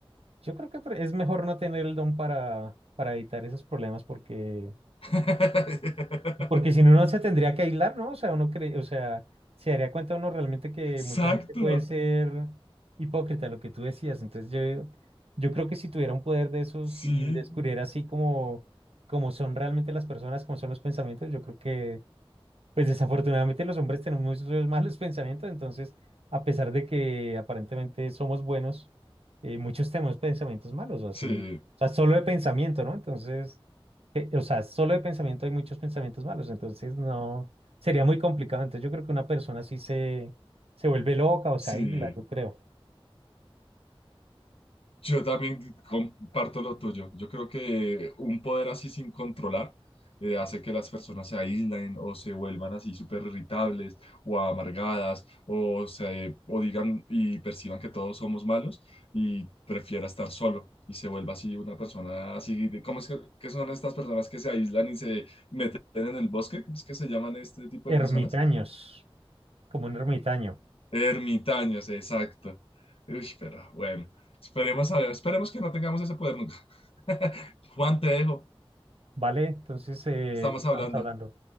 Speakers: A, on the right; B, on the left.
A: yo creo que pre- es mejor no tener el don para, para evitar esos problemas porque
B: <laughs>
A: Porque si no, uno se tendría que aislar, ¿no? O sea, uno cree, o sea, se daría cuenta uno realmente que
B: Exacto.
A: mucha gente puede ser hipócrita, lo que tú decías. Entonces yo, yo creo que si tuviera un poder de esos
B: Sí,
A: y descubriera así como, como son realmente las personas, como son los pensamientos, yo creo que pues desafortunadamente los hombres tenemos muchos <laughs> malos pensamientos, entonces a pesar de que aparentemente somos buenos, eh, muchos tenemos pensamientos malos, o así,
B: sí,
A: o sea, solo de pensamiento, ¿no? Entonces, eh, o sea, solo de pensamiento hay muchos pensamientos malos, entonces no, sería muy complicado. Entonces yo creo que una persona así se, se vuelve loca o
B: sí.
A: se aísla, yo creo.
B: Yo también comparto lo tuyo. Yo creo que un poder así sin controlar eh, hace que las personas se aíslen o se vuelvan así súper irritables o amargadas o, se, o digan y perciban que todos somos malos y prefiera estar solo y se vuelva así una persona así. De, ¿cómo es que, qué son estas personas que se aíslan y se meten en el bosque? ¿Cómo es que se llaman este tipo
A: Ermitaños,
B: de personas?
A: como un ermitaño,
B: Ermitaños, exacto. Uy, pero bueno, esperemos, a- esperemos que no tengamos ese poder nunca. <laughs> Juan, te dejo.
A: ¿vale? Entonces eh,
B: Estamos
A: estamos
B: hablando.
A: hablando.